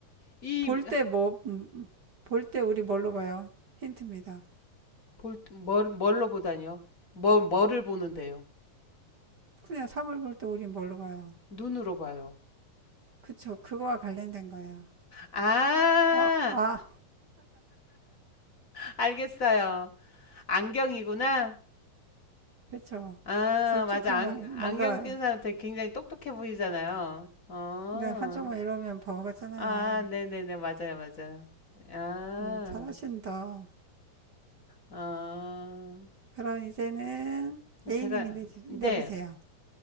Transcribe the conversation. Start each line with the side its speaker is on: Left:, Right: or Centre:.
Left: 이,
Right: 볼 때 뭐, 음, 볼 때 우리 뭘로 봐요? 힌트입니다.
Left: 볼, 뭘, 뭘로 보다니요? 뭘, 뭐를 보는데요?
Right: 그냥 사물 볼 때 우리 뭘로 봐요?
Left: 눈으로 봐요.
Right: 그쵸. 그거와 관련된 거예요.
Left: 아,
Right: 아, 아,
Left: 알겠어요. 안경이구나.
Right: 그쵸.
Left: 아,
Right: 들쭉하면
Left: 맞아. 안,
Right: 뭔가,
Left: 안경 낀 사람한테 굉장히 똑똑해 보이잖아요. 어.
Right: 근데 한쪽만 이러면 바보 같잖아요.
Left: 아, 네네네. 맞아요, 맞아요. 아,
Right: 음, 잘하신다.
Left: 어.
Right: 그럼 이제는 A님이
Left: 제가,
Right: 내,
Left: 네.
Right: 내보세요.